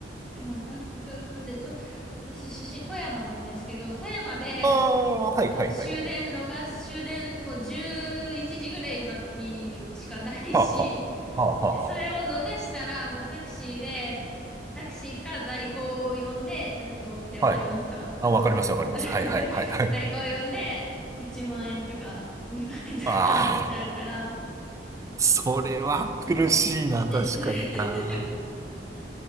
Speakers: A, in the centre; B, on the right (about 20°).
A: もう本当、だってと、私出身富山なんですけど、富山で、
B: ああ、はいはいはい。
A: あの、終電逃す、終電もう11時ぐらいまにしかないし、
B: はあはあ。はあはあは
A: で、それを逃したら、もうタクシーで、タクシーか代行を呼んで、代行ってわかりますかあの、
B: あ。はい。あ、わかりますわかります。
A: 車。
B: はいはいはいはい。
A: <laughs> 代行を呼んで、1万円とか2万円とかになっちゃうから、
B: ああ、それは苦しいな、確かに。
A: え、それ、
B: ああ。